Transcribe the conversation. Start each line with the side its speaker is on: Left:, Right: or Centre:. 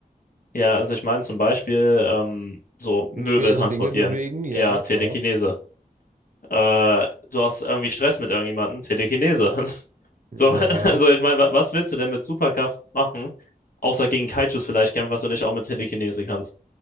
Left: Ja, also ich meine zum Beispiel ähm, so Möbel
Right: Schwere
Left: transportieren.
Right: Dinge bewegen, ja,
Left: Ja, Telekinese.
Right: klar.
Left: Äh, du hast irgendwie Stress mit irgendjemandem, Telekinese. <laughs>
Right: Ja.
Left: So, also ich meine, wa- was willst du denn mit Superkraft machen, außer gegen Kaijus vielleicht kämpfen, was du nicht auch mit Telekinese kannst?